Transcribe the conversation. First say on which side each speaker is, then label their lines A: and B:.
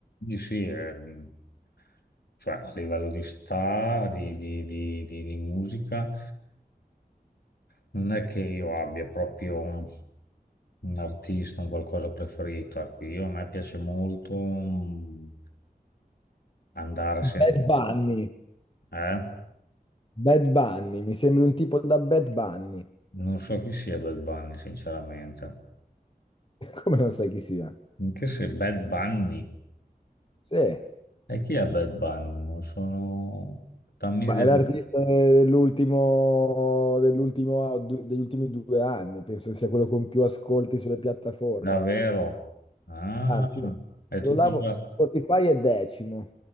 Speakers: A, on the left; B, on the left.
A: Sì, sì, ehm, cioè, a livello di sta, di, di- di- di- di musica, non è che io abbia proprio un un artista, un qualcosa preferito. Ecco, io, a me piace molto mm, andare senza...
B: Bad Bunny,
A: eh?
B: Bad Bunny, mi sembri un tipo da Bad Bunny.
A: Non so chi sia Bad Bunny, sinceramente.
B: <laughs> Come non sai chi sia?
A: Anche se Bad Bunny...
B: Sì, ma
A: E chi è Bad Bunny? Non sono... Dammi
B: è
A: del...
B: l'artista dell'ultimo, dell'ultimo, du- degli ultimi due anni, penso che sia quello con più ascolti sulle piattaforme.
A: davvero? Ah,
B: Anzi, no,
A: e
B: scrollavo,
A: tu cosa...
B: Spotify è decimo.